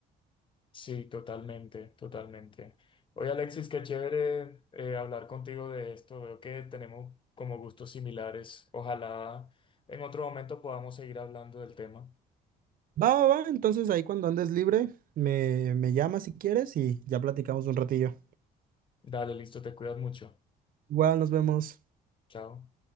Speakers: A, on the left; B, on the right.
A: Sí, totalmente, totalmente. Oye, Alexis, qué chévere eh, hablar contigo de esto. Veo que tenemos como gustos similares. Ojalá en otro momento podamos seguir hablando del tema.
B: Va, va, va, entonces ahí cuando andes libre, me, me llamas si quieres y ya platicamos un ratillo.
A: Dale, listo, te cuidas mucho.
B: Igual nos vemos.
A: Chao.